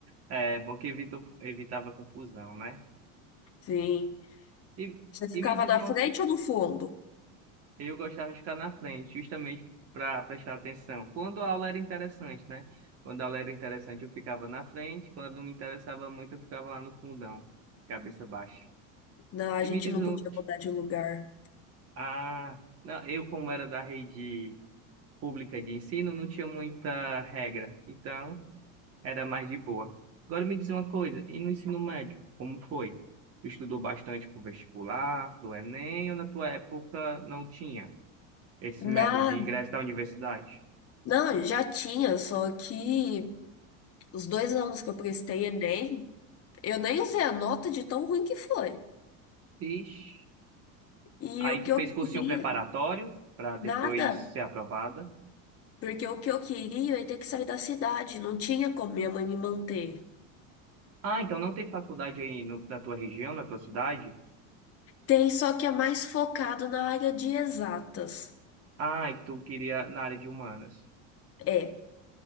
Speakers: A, on the right (about 35°); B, on the left (about 35°).
A: É bom que evitou, evitava confusão, né?
B: Sim.
A: E,
B: Você ficava
A: e me diz
B: na
A: uma
B: frente
A: coisa,
B: ou no fundo?
A: eu gostava de ficar na frente, justamente para prestar atenção. Quando a aula era interessante, né? Quando a aula era interessante, eu ficava na frente, quando não me interessava muito, eu ficava lá no fundão, cabeça baixa.
B: Não, a
A: E
B: gente
A: me diz
B: não
A: um,
B: podia mudar de lugar.
A: ah, não, eu como era da rede pública de ensino, não tinha muita regra. Então, Era mais de boa. Agora me diz uma coisa, e no ensino médio, como foi? Tu estudou bastante pro vestibular, pro Enem, ou na tua época não tinha esse método
B: Nada.
A: de ingresso da universidade?
B: Não, já tinha, só que os dois anos que eu prestei Enem, eu nem usei a nota de tão ruim que foi.
A: Ixi.
B: E
A: Aí
B: o
A: tu
B: que
A: fez
B: eu queria,
A: cursinho preparatório para depois
B: nada.
A: ser aprovada.
B: Porque o que eu queria é ter que sair da cidade, não tinha como minha mãe me manter.
A: Ah, então não tem faculdade aí no- na tua região, na tua cidade?
B: Tem, só que é mais focado na área de exatas.
A: Ah, e tu queria na área de humanas.
B: É.